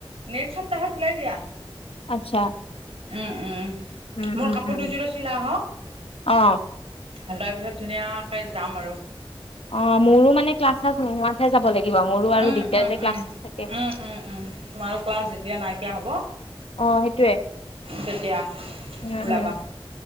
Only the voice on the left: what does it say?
আচ্ছা।
উম
উম
উম
অ
অ, মোৰো মানে ক্লাছ-ছাল্লাছ নোহোৱাতহে যাব লাগিব। মোৰো আৰু
দিগদাৰ
যে, ক্লাছ
থাকে।
অ সেইটোয়ে।
উম
উম।